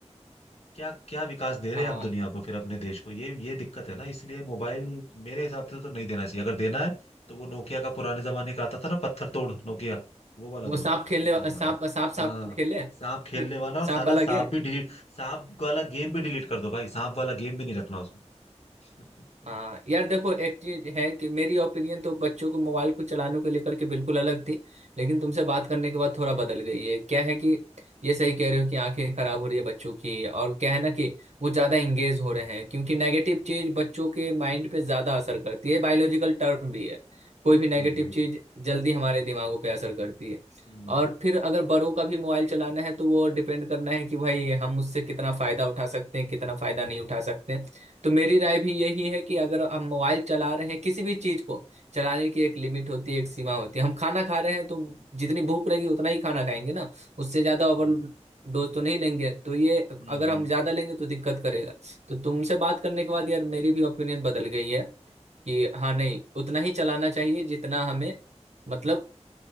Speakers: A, on the left (about 60°); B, on the right (about 70°).
A: क्या क्या विकास दे रहे
B: हाँ
A: हैं हम दुनिया को फिर अपने देश को ये ये दिक्कत है ना इसलिए मोबाइल मेरे हिसाब से तो नहीं देना चाहिए अगर देना है तो वो नोकिया का पुराने जमाने का आता था ना पत्थर तोड़ नोकिया वो वाला
B: वो
A: दो
B: सांप खेलने
A: कीपैड
B: सांप
A: वाला
B: सांप सांप
A: हाँ
B: खेले
A: सांप खेलने
B: <laughs>
A: वाला और
B: सांप
A: साला
B: वाला
A: सांप
B: गेम
A: भी डिलीट सांप वाला गेम भी डिलीट कर दो भाई सांप वाला गेम भी नहीं रखना उसमें
B: हाँ
A: <laughs>
B: यार देखो एक चीज है कि मेरी ओपिनियन तो बच्चों को मोबाइल को चलाने को लेकर के बिल्कुल अलग थी लेकिन तुमसे बात करने के बाद थोड़ा बदल गई है क्या है कि ये सही कह रहे हो कि आंखें खराब हो रही है बच्चों की और क्या है ना कि
A: वही तो
B: वो ज्यादा इंगेज हो रहे हैं क्योंकि नेगेटिव चीज बच्चों के माइंड पे ज्यादा असर करती है बायोलॉजिकल टर्म भी है कोई
A: वो
B: भी नेगेटिव
A: तो है वही
B: चीज
A: तो बात है
B: जल्दी हमारे दिमागों पे असर करती है
A: हम्म
B: और फिर अगर बड़ों का भी मोबाइल चलाना है तो वो डिपेंड करना है कि भाई हम उससे कितना फायदा उठा सकते हैं कितना फायदा नहीं उठा सकते तो मेरी राय भी यही है कि अगर हम मोबाइल चला रहे हैं किसी भी चीज को चलाने की एक लिमिट होती है एक सीमा होती है हम खाना खा रहे हैं तो जितनी भूख रहेगी उतना ही खाना खाएंगे ना उससे ज्यादा ओवर
A: वही तो
B: डोज तो नहीं लेंगे तो ये
A: हम्म
B: अगर
A: हम्म
B: हम ज्यादा लेंगे तो दिक्कत करेगा तो तुमसे बात करने के बाद यार मेरी भी ओपिनियन बदल गई है कि हाँ नहीं उतना ही चलाना चाहिए जितना हमें मतलब